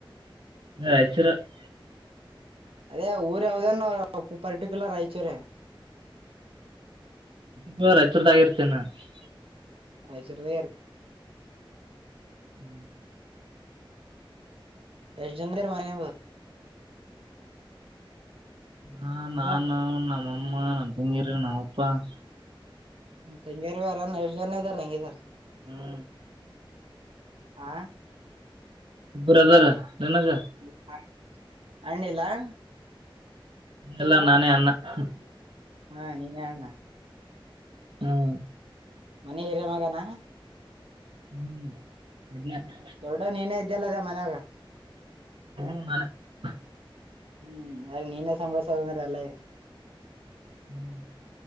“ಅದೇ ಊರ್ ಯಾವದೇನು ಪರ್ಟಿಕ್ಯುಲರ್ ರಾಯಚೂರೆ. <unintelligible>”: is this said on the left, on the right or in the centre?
Right